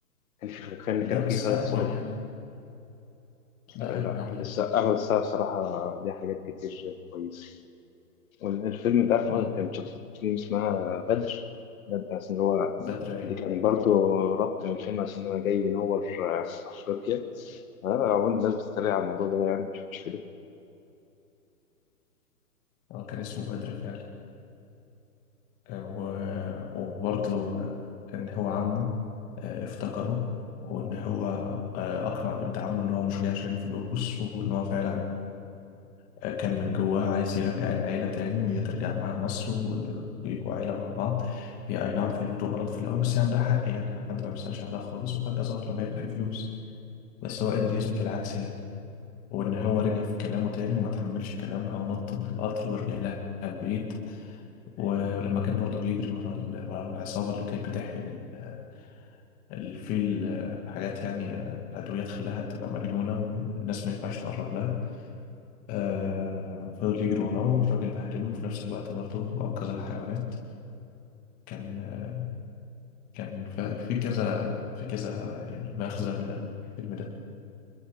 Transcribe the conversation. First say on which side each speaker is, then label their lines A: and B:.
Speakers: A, on the left; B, on the left.
A: كان في كان
B: ده
A: كان
B: بس
A: في خالد
B: ده
A: صالح.
B: أجمل يعني ده
A: لا
B: أجمل
A: أحمد
B: يعني
A: السقا أحمد السقا الصراحة ليه حاجات كتير كويسة والفيلم ده هو
B: مم.
A: كان شخص فيلم اسمها بدر ده بتاع إن هو
B: بدر أيوة
A: دي كان برضو ربط من الفيلم عشان هو جاي ينور آه، أفريقيا آه، هو الناس بتتريق على الموضوع ده يعني مش مشكلة
B: هو كان اسمه بدر فعلا آه، و... وبرضه آه، إن هو عمه آه، افتكره وإن هو آه، أقنع بنت عمه إن هو مش جاي عشان فلوس وإن هو فعلا آه، كان من جواه عايز يرجع العيلة تاني وهي ترجع معاه مصر و- ويبقوا عيلة مع بعض هي أي نعم فهمته غلط في الأول بس يعني ده حق يعني حد ما بيسألش عليها خالص وفجأة ظهر لما يبقى فيه فلوس بس هو قادر يثبت العكس يعني وإن هو رجع في كلامه تاني وما تحملش كلامها ونط من القطر ورجع لها البيت ولما كان برضه بيجري ورا ال- ورا العصابة اللي كانت بتحقن ال- الفيل آه، حاجات يعني آه، أدوية تخليها تبقى مجنونة والناس ما ينفعش تقرب لها آه، فضل يجري وراه والراجل بهدله وفي نفس الوقت برضه أنقذ الحيوانات كان آه، كان ف- في كذا في كذا يعني مغزى من الفيلم ده